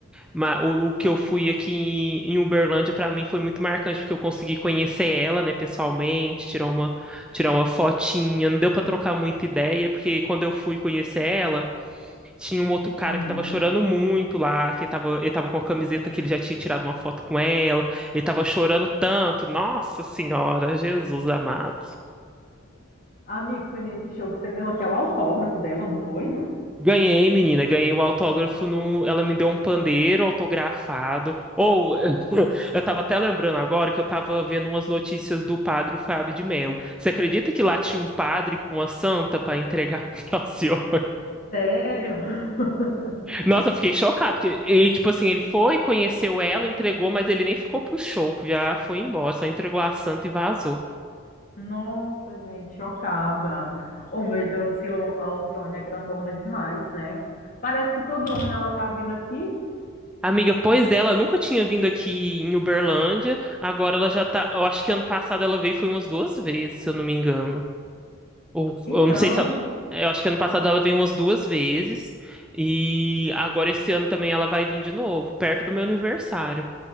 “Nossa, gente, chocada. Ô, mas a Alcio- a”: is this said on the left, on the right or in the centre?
Left